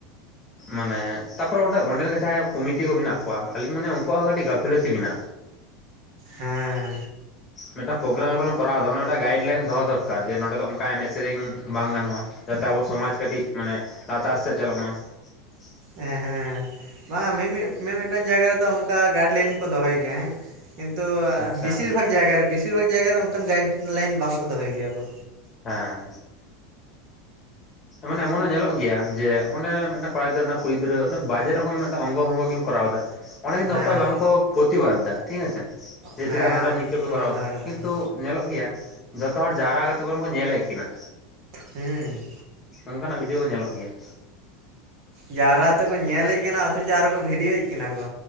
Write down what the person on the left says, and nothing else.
ᱢᱟᱱᱮ ᱛᱟᱯᱚᱨᱮᱸ ᱚᱸᱰᱮ ᱚᱸᱰᱮᱱ ᱠᱚ ᱡᱟᱦᱟᱸᱭ ᱠᱚᱢᱤᱴᱤ ᱠᱚ ᱢᱮᱱᱟᱜ ᱠᱚᱣᱟ ᱟᱞᱤᱧ ᱢᱟᱱᱮ ᱩᱝᱠᱩᱣᱟᱜ ᱠᱟᱹᱴᱤᱡ ᱜᱟ ᱯᱷᱤᱞᱟᱹᱛᱤ ᱢᱮᱱᱟᱜᱼᱟ,
ᱢᱤᱫᱴᱟᱝ ᱯᱳᱜᱨᱟᱢ ᱡᱚᱠᱷᱚᱱ ᱠᱚᱨᱟᱣᱫᱟ ᱚᱱᱟ ᱢᱤᱫᱴᱟᱝ ᱜᱟᱭᱤᱰ ᱞᱟᱭᱤᱱ ᱫᱚᱦᱚ ᱫᱚᱨᱠᱟᱨ ᱡᱮ ᱱᱚᱸᱰᱮ ᱫᱚ ᱚᱝ ᱠᱟ ᱮᱱᱮᱡ ᱥᱮᱨᱮᱧ ᱵᱟᱝ ᱜᱟᱱᱚᱜᱼᱟ, ᱡᱟᱛᱮ ᱟᱵᱚ ᱥᱚᱢᱟᱡ ᱠᱟᱹᱴᱤᱡ ᱢᱟᱱᱮ ᱞᱟᱛᱟᱨ ᱥᱮᱜ ᱪᱟᱞᱟᱜ ᱢᱟ᱾ <inaudible>
ᱟᱪᱪᱷᱟ
ᱦᱮᱸ ᱮᱢᱚᱱ ᱮᱢᱚᱱᱮ ᱧᱮᱞᱚᱜ ᱜᱮᱭᱟ ᱡᱮ ᱚᱸᱰᱮ ᱢᱤᱫᱴᱟᱝ ᱠᱚᱲᱟᱜᱤᱫᱽᱨᱟᱹ <inaudible> ᱠᱩᱲᱤ ᱜᱤᱫᱽᱨᱟᱹ ᱵᱟᱡᱮ ᱨᱚᱠᱚᱢ ᱢᱤᱫᱴᱟᱝ ᱚᱝᱜᱚ ᱵᱚᱝᱜᱚ ᱠᱤᱱ ᱠᱚᱨᱟᱣᱫᱟ ᱚᱸᱰᱮ ᱠᱤᱱᱛᱩ
ᱚᱠᱚᱭ ᱵᱟᱝᱠᱚ ᱯᱚᱛᱤᱵᱟᱫᱽ ᱫᱟ ᱴᱷᱤᱠ ᱟᱪᱷᱮ᱾ ᱡᱮ
ᱪᱮᱫᱟᱜ ᱱᱚᱸᱰᱮ ᱱᱤᱝᱤᱠᱟᱹᱯᱮ
ᱠᱚᱨᱟᱣᱫᱟ
ᱠᱤᱱᱛᱩ
ᱧᱮᱞᱚᱜ ᱜᱮᱭᱟ ᱡᱷᱚᱛᱚ ᱦᱚᱲ ᱡᱟᱣᱨᱟ ᱠᱟᱛᱮᱜ ᱵᱚᱨᱚᱝ ᱠᱚ ᱧᱮᱞᱮᱜ ᱠᱤᱱᱟ᱾
ᱚᱝᱠᱟᱱᱟᱜ ᱵᱷᱤᱰᱭᱳ ᱦᱚᱸ ᱧᱮᱞᱚᱜ ᱜᱮᱭᱟ᱾